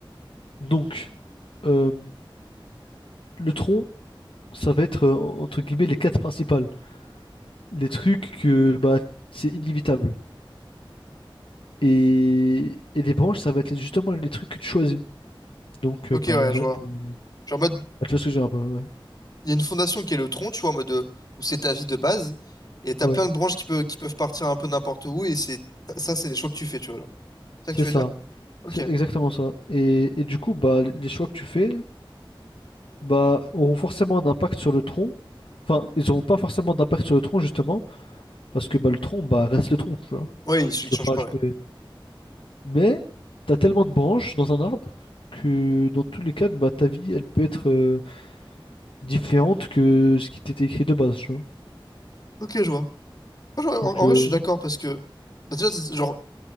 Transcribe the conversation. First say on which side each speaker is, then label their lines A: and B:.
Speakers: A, on the left (about 75°); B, on the left (about 45°).
A: Donc, euh, le tronc, ça va être, euh, entre guillemets, les quêtes principales. Les trucs que, bah, c'est inévitable. Et, et les branches, ça va être justement les trucs que tu choisis. Donc,
B: Ok,
A: euh, par
B: ouais,
A: exemple,
B: je vois.
A: euh,
B: Genre, en mode.
A: bah, tu vois ce que je veux dire un peu, ouais.
B: il y a une fondation qui est le tronc, tu vois, en mode euh, où c'est ta vie de base, et t'as
A: Ouais,
B: plein de branches qui peuvent, qui peuvent partir un peu n'importe où, et c'est ça, c'est les choix que tu fais, tu vois. genre. C'est
A: c'est
B: ça que tu
A: ça.
B: veux dire? Ok.
A: C'est exactement ça. Et, et du coup, bah, les choix que tu fais, bah, auront forcément un impact sur le tronc. Enfin, ils n'auront pas forcément d'impact sur le tronc, justement Parce que bah, le tronc, bah, reste le tronc, tu vois.
B: Ouais, ils, ils
A: Je peux
B: changent
A: pas
B: pas,
A: acheter.
B: ouais.
A: Mais t'as tellement de branches dans un arbre que dans tous les cas, bah, ta vie, elle peut être euh, différente que ce qui t'était écrit de base, tu vois.
B: Ok, je vois. Moi, je- En,
A: Donc,
B: en
A: euh,
B: vrai, je suis d'accord parce que, bah, déjà, c'est genre,